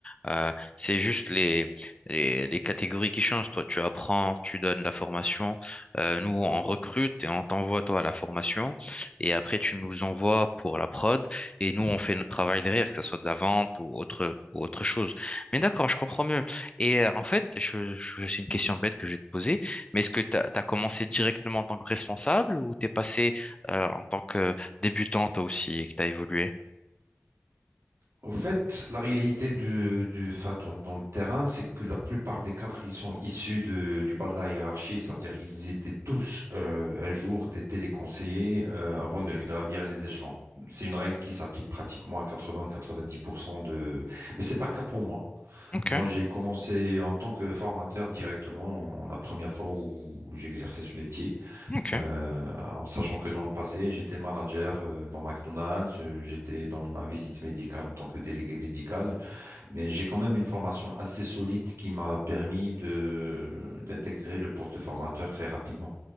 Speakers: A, on the left; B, on the right.
A: euh, c'est juste les, les, les catégories qui changent. Toi, tu apprends, tu donnes la formation. Euh, nous, on recrute et on t'envoie, toi, à la formation. Et après, tu nous envoies pour la prod et nous, on fait notre travail derrière, que ce soit de la vente ou autre, ou autre chose. Mais d'accord, je comprends mieux. Et euh, en fait, je, je- c'est une question bête que je vais te poser, mais est-ce que tu as, commencé directement en tant que responsable ou tu es passé euh, en tant que débutant toi aussi et que tu as évolué.
B: Au fait, la réalité du, du- enfin, dans, dans le terrain, c'est que la plupart des cadres, ils sont issus de- du bas de la hiérarchie, c'est-à-dire ils étaient tous euh, un jour des téléconseillers euh, avant de gravir les échelons. C'est une règle qui s'applique pratiquement à 80-90% de... Mais c'est pas le cas pour moi.
A: Ok,
B: Moi, j'ai commencé en tant que formateur directement la première fois où j'exerçais ce métier.
A: ok,
B: Euh, en sachant que dans le passé, j'étais manager euh, dans McDonald's, euh, j'étais dans la visite médicale en tant que délégué médical, mais j'ai quand même une formation assez solide qui m'a permis de d'intégrer le poste de formateur très rapidement.